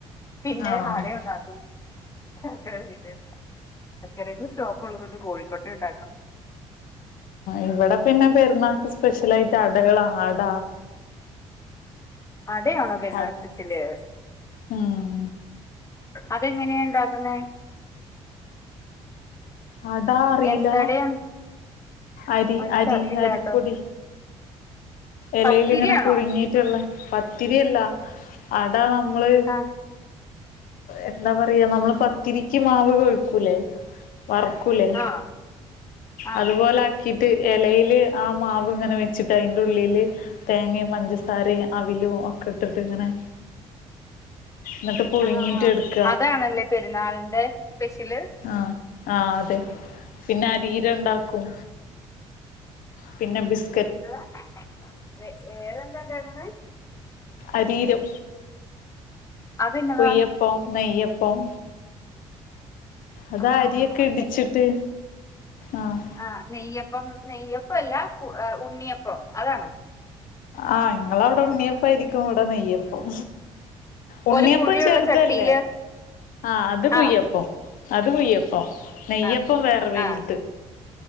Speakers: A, on the left; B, on the left.
A: പിന്നെ
B: ആണോ ഉം
A: അടയൊണ്ടാക്കും ശർക്കര വെച്ചിട്ട് എടക്ക് സ്റ്റോക്കൊള്ളതോണ്ട് കൊഴിക്കട്ടേണ്ടാക്കും
B: ഇവടെ പിന്നെ പെരുന്നാൾക്ക് സ്പെഷ്യലായിട്ട് അടകള അട
A: അടയാണോ പെരുന്നാൾ
B: അ
A: സെപ്ഷ്യല്?
B: ഉം
A: അതെങ്ങനെയാ ഉണ്ടാക്ക്‌ന്നെ?
B: അട അറിയില്ല
A: എന്തടയാ
B: അരി
A: എനിക്കറിയില്ല
B: അരി അരിപ്പൊടി
A: കേട്ടോ
B: എലേലിങ്ങനെ
A: പത്തിരിയാണോ
B: പുഴുങ്ങിയിട്ടുള്ള പത്തിരിയല്ല. അട നമ്മള്
A: ആ
B: എന്താ പറയാ നമ്മള് പത്തിരിക്ക് മാവ് കൊഴക്കൂലേ? വറക്കൂലേ
A: ആ ആ
B: അതുപോലാക്കിട്ട് എലയിൽ ല് ആ മാവ്ങ്ങനെ വെച്ചിട്ട് അയിന്റ ഉള്ളിൽ ഉള്ളില് തേങ്ങേ പഞ്ചസാര അവിലും ഒക്കെട്ടിട്ട് ഇങ്ങനെ ന്നട്ട് പുഴുങ്ങീട്ട്
A: ആഹ്
B: എടുക്ക
A: അതാണല്ലേ പെരുന്നാളിന്റെ സ്പെഷ്യല്?
B: ആ ആഹ്അതെ പിന്നെ അരിരണ്ടാക്കും. പിന്നെ ബിസ്
A: എന്താ വേ വേറെന്താണ്ടാക്കണെ?
B: അരീരം
A: അതെന്നതാ
B: കുയ്യപ്പം നെയ്യപ്പം അതാ
A: ആഹ്
B: അരിയൊക്കെ ഇടിച്ചിട്ട് ആഹ്
A: ആ നെയ്യപ്പം നെയ്യപ്പം അല്ല ഉണ്ണിയപ്പം അതാണോ
B: ആഹ് നിങ്ങള അവിടെ ഉണ്ണിയപ്പായിരിക്കും ഇവിടെ നെയ്യപ്പം ഉണ്ണിയപ്പം
A: ഒരു കുഴിയുള്ള
B: ചെർതല്ലേ
A: ചട്ടിയില്
B: ആഹ് അത് കുയ്യപ്പം
A: ആണോ
B: അത് കുയ്യപ്പം നെയ്യപ്പം
A: ആഹ്
B: വേറെ വെൽത്
A: ആഹ്